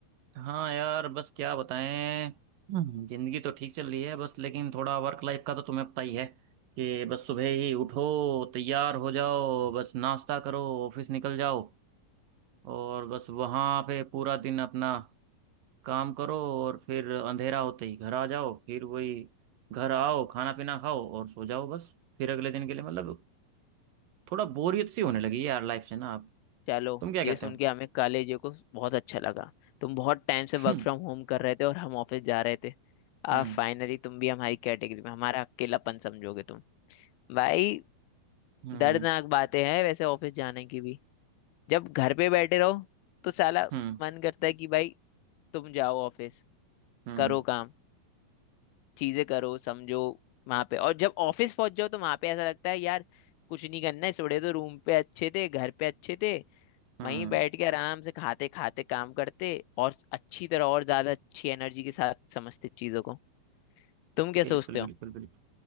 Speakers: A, on the right (about 65°); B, on the left (about 80°).
A: हाँ यार बस क्या बताएं हम्म, जिंदगी तो ठीक चल रही है बस लेकिन थोड़ा वर्क लाइफ का तो तुम्हें पता ही है कि बस सुबह ही उठो तैयार हो जाओ बस नाश्ता करो ऑफिस निकल जाओ और बस वहाँ पे पूरा दिन अपना काम करो और फिर अंधेरा होते ही घर आ जाओ फिर वही घर आओ खाना पीना खाओ और सो जाओ बस फिर अगले दिन के लिए मतलब थोड़ा बोरियत सी होने लगी है यार लाइफ से ना आप
B: चलो
A: तुम क्या
B: ये
A: कहते
B: सुन के हमें कॉलेज को बहुत अच्छा लगा तुम बहुत टाइम से वर्क
A: हो <laughs>
B: फ्रॉम होम कर रहे थे और हम ऑफिस जा रहे थे
A: हम्म
B: अब फाइनली तुम भी हमारी कैटेगरी में हमारा अकेलापन समझोगे तुम भाई
A: हम्म
B: दर्दनाक बातें हैं वैसे ऑफिस जाने की भी जब घर पे बैठे रहो तो साला
A: हम्म
B: मन करता है कि भाई तुम जाओ ऑफिस
A: हम्म
B: करो काम चीजें करो समझो वहां पे और जब ऑफिस पहुंच जाओ तो वहां पे ऐसा लगता है यार कुछ नहीं करना है थोड़े तो रूम पे अच्छे थे घर पे अच्छे थे
A: हम्म
B: वहीं बैठ के आराम से खाते खाते काम करते और अच्छी तरह और ज्यादा अच्छी एनर्जी के साथ समझते चीजों को तुम क्या
A: बिल्कुल
B: सोचते
A: बिल्कुल
B: हो
A: बिल्कुल